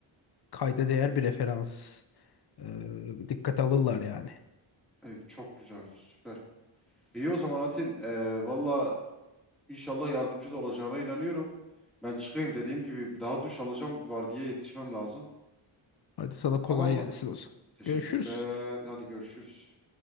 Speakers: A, on the left; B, in the centre.
A: kayda değer bir referans. Ee, dikkate alırlar yani.
B: E, çok güzel, süper. İyi o zaman Atin. E, valla inşallah yardımcı da olacağına inanıyorum. Ben çıkayım dediğim gibi bir daha duş alacağım. Vardiyaya yetişmem lazım.
A: Hadi sana kolay
B: Tamam mı?
A: gelsin olsun.
B: Teşekkürler.
A: Görüşürüz.
B: Hadi görüşürüz.